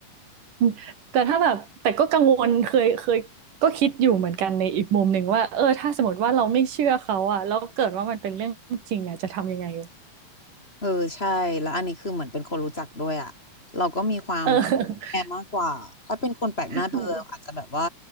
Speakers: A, on the right (about 75°); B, on the left (about 15°).
A: <laughs> แต่ถ้าแบบแต่ก็กังวลเคยเคยก็คิดอยู่เหมือนกันในอีกมุมหนึ่งว่าเออถ้าสมมติว่าเราไม่เชื่อเขาอะแล้วเกิดว่ามันเป็นเรื่องจริงอะจะทำยังไงวะ
B: เออใช่แล้วอันนี้คือเหมือนเป็นคนรู้จักด้วยอ่ะเราก็มีความ
A: เออ
B: แคร์มากกว่าถ้าเป็นคนแปลกหน้าไปเลยอาจจะแบบว่า
A: <laughs>